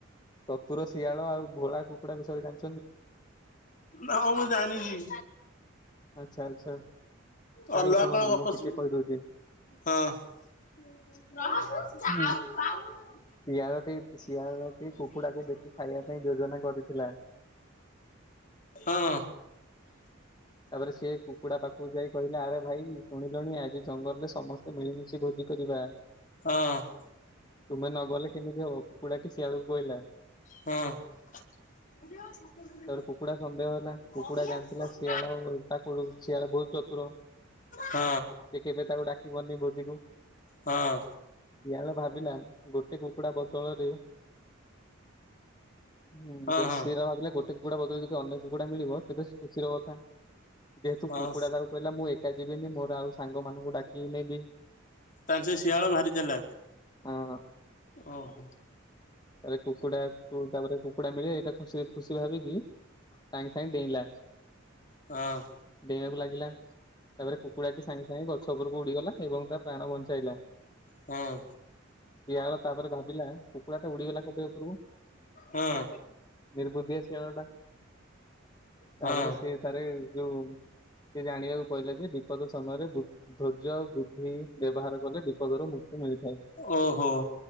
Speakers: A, on the left (about 20°); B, on the left (about 40°).
A: ଚତୁର ଶିଆଳ ଆଉ ଭୋଳା କୁକୁଡ଼ା ବିଷୟରେ ଜାଣି
B: ନାଁ ମୁଁ ଜାଣିନି।
A: ଆଚ୍ଛା ଆଚ୍ଛା ତାହେଲେ
B: ଅଲଗା
A: ଶୁଣନ୍ତୁ
B: କଣ ଗପ
A: ମୁଁ ଟିକେ
B: ଶୁ
A: କହିଦଉଛି।
B: ହଁ। <inaudible>
A: ହୁଁ। ଶିଆଳଟି ଶିଆଳଟି କୁକୁଡାକୁ ଦେଖି ଖାଇବା ପାଇଁ ଯୋଜନା କରିଥିଲା।
B: ହଁ।
A: ତାପରେ ସିଏ କୁକୁଡା ପାଖକୁ ଯାଇ କହିଲା ଆରେ ଭାଇ ଶୁଣିଲୁଣି ଆଜି ଜଙ୍ଗଲରେ ସମସ୍ତେ ମିଳିମିଶି ଭୋଜି କରିବା।
B: ହଁ।
A: ତୁମେ ନଗଲେ କେମିତି ହବ କୁକୁଡ଼ାଟି ଶିଆଳକୁ କହିଲା।
B: ହଁ <inaudible>
A: ତାପରେ କୁକୁଡା ସନ୍ଦେହ ହେଲା କୁକୁଡା ଜାଣିଥିଲା ଶିଆଳ ଲଟାକୁ ଶିଆଳ ବହୁତ ଚତୁର
B: ହଁ
A: ସେ କେବେ ତାକୁ ଡାକି ପାରୁନି ଭୋଜିକୁ।
B: ହଁ।
A: ଶିଆଳ ଭାବିଲା ଗୋଟେ କୁକୁଡା ବଦଳରେ ହୁଁ
B: ହଁ
A: ଯଦି
B: ହଁ
A: ସେରା ଭାବିଲା ଗୋଟେ କୁକୁଡା ବଦଳରେ ଯଦି ଅନେକ କୁକୁଡା ମିଳିବ ତେବେସ-ଖୁସିର କଥା। ଯେହେତୁ
B: ହଁ
A: କୁକୁଡ଼ା ତାକୁ କହିଲା ମୁଁ ଏକା ଯିବିନି ମୋର ଆଉ ସାଙ୍ଗମାନଙ୍କୁ ଡାକିକି ନେବି
B: ତାହେଲେ ଶିଆଳ ଭାରି ଚାଲାକ୍।
A: ହଁ
B: ଓହୋ।
A: ତାହାଲେ କୁକୁଡାକୁ ଗାମରେ କୁକୁଡା ମିଳେ ଏଇଟା ଖୁସି ଖୁସି ଭାବିକି ସାଙ୍ଗେ ସାଙ୍ଗେ ଡେଇଁଲା।
B: ହଁ।
A: ଡେଇଁବାକୁ ଲାଗିଲା। ତାପରେ କୁକୁଡ଼ା ଟି ସାଙ୍ଗେ ସାଙ୍ଗେ ଗଛ ଉପରକୁ ଉଡିଗଲା ଏବଂ ତା ପ୍ରାଣ ବଞ୍ଚାଇଲା।
B: ହଁ।
A: ଶିଆଳ ତାପରେ ଭାବିଲା କୁକୁଡ଼ା ଟା ଉଡିଗଲା‌ କୋକେଇ ଉପରକୁ।
B: ହଁ।
A: ନିର୍ବୁଧିଆ ଶିଆଳ ଟା।
B: ହଁ
A: ତାପରେ ସିଏ ତାରେ ଯୋଉ ସେ ଜାଣିବାକୁ ପାଇଲା ଯେ ବିପଦ ସମୟରେ ବୁ ଧୈର୍ଯ୍ୟ ଆଉ ବୁଦ୍ଧି ବ୍ୟବହାର କଲେ ବିପଦରୁ ମୁକ୍ତି ମିଳିଥାଏ।
B: ଓହୋ ହୁଁ